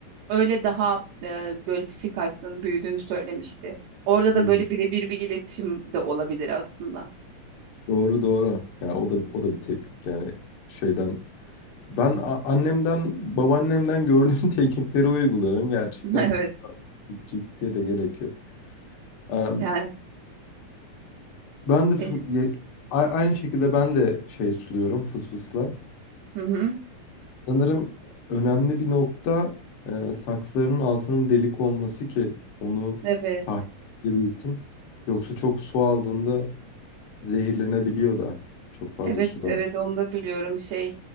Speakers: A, on the right; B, on the left.
A: öyle daha e, böyle çiçek ağaçlarının büyüdüğünü söylemişti. Orada
B: hmm.
A: da böyle birebir bir iletişim de olabilir aslında.
B: Doğru doğru. Ya o da o da bir teknik yani şeyden Ben a- annemden, babaannemden gördüğüm <laughs> teknikleri uyguluyorum gerçekten.
A: <laughs> Evet
B: GPT'ye de gerek yok. Eee,
A: yani.
B: Ben de fı-
A: e,
B: ya- a- aynı şekilde ben de şey suluyorum fısfısla.
A: hı hı,
B: Sanırım önemli bir nokta eee, saksıların altının delik olması ki onu
A: evet.
B: takip edebilsin. Yoksa çok su aldığında zehirlenebiliyor da çok fazla
A: Evet
B: sudan.
A: evet onu da biliyorum şey.